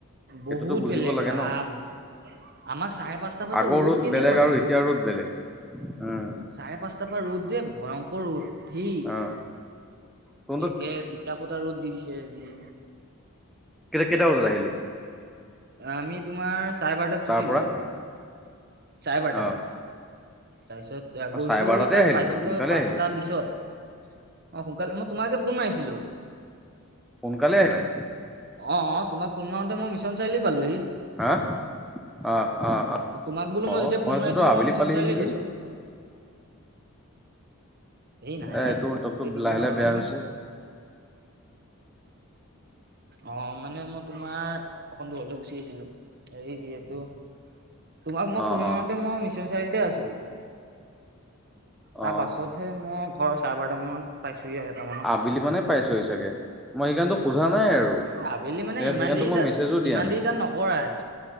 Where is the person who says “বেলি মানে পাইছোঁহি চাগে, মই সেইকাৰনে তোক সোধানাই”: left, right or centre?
Centre